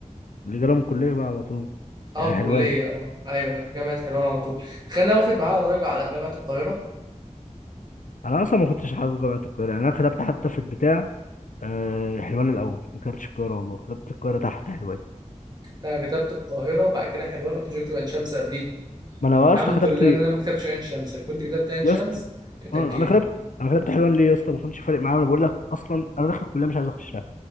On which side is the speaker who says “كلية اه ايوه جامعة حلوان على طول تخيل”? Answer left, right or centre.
Right